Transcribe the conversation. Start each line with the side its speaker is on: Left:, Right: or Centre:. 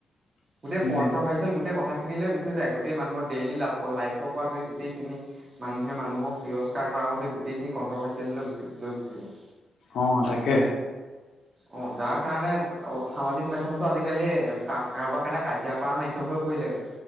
Right: গোটেই
Left: উম,
Right: কন্ট্ৰভাৰ্চিয়েল গোটেই কথাখিনিলে গুচি যায়। গোটেই মানুহৰ ডেইলী লাফৰ লাইফৰ পৰা ধৰি গোটেইখিনি, মানুহে মানুহক তিৰস্কাৰ কৰাৰ হৈ গোটেইখিনি কণ্ট্ৰভাৰচিয়েল লৈ গ লৈ গুচি যায়।
Left: অঁ তাকে।
Right: অ যাৰ কাৰণে সামাজিক মাধ্যমটো আজিকালি কাৰোবাৰ কাৰণে কাজিয়া কৰা মাধ্যম হৈ পৰিলেগে।